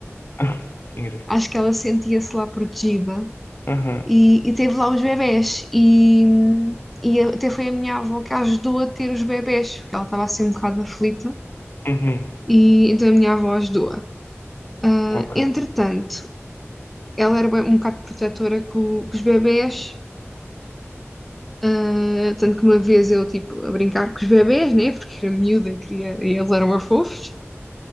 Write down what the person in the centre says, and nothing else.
Acho que ela sentia-se lá protegida
e, e teve lá os bebés. E, e até foi a minha avó que a ajudou a ter os bebés, porque ela estava assim um bocado aflita.
E então a minha avó ajudou-a. Ah,
entretanto, ela era bué- um bocado protetora com, com os bebés, ah, tanto que uma vez eu, tipo, a brincar com os bebés, né? Porque era miúda, queria, e eles eram fofos.